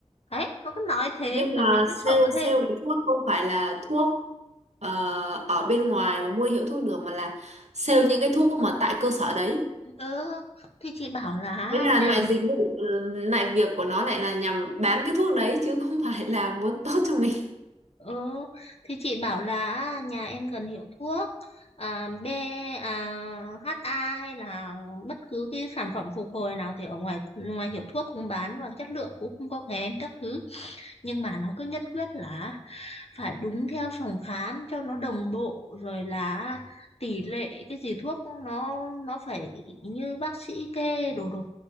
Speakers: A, on the left (about 65°); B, on the right (about 80°).
A: đấy nó cứ nói thế
B: nhưng
A: là
B: mà
A: mình cứ
B: sale
A: sợ thêm
B: sale cái thuốc không phải là thuốc ờ, ở bên ngoài mà mua hiệu thuốc được mà là sale những cái thuốc mà tại cơ sở đấy
A: ờ thì chị bảo là
B: đấy là
A: nhà
B: loại dịch vụ ừ, lại việc của nó lại là nhằm bán cái thuốc đấy chứ không phải là muốn <laughs> tốt cho mình
A: ờ thì chị bảo là nhà em cần hiệu thuốc à, B à, HA hay là bất cứ cái sản phẩm phục hồi nào thì ở ngoài ngoài hiệu thuốc cũng bán và chất lượng cũng không có kém các thứ nhưng mà nó cứ nhất quyết là phải đúng theo phòng khám cho nó đồng bộ rồi là tỷ lệ cái gì thuốc nó nó phải như bác sĩ kê đồ đồ